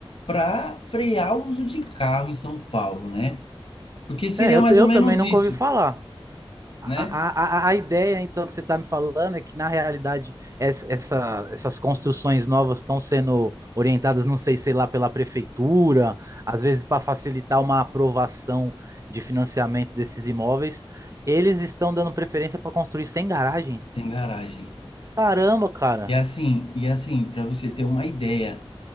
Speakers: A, on the left; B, on the right.
A: para frear o uso de carro em São Paulo, né? Porque seria
B: É, eu,
A: mais
B: eu
A: ou menos
B: também nunca
A: isso,
B: ouvi falar. A,
A: né?
B: a, a- a ideia, então, que você está me falando é que, na realidade, essa, essa- essas construções novas estão sendo orientadas, não sei, sei lá, pela prefeitura, às vezes para facilitar uma aprovação de financiamento desses imóveis. Eles estão dando preferência para construir sem garagem?
A: Sem garagem.
B: Caramba, cara.
A: E assim, e assim, para você ter uma ideia,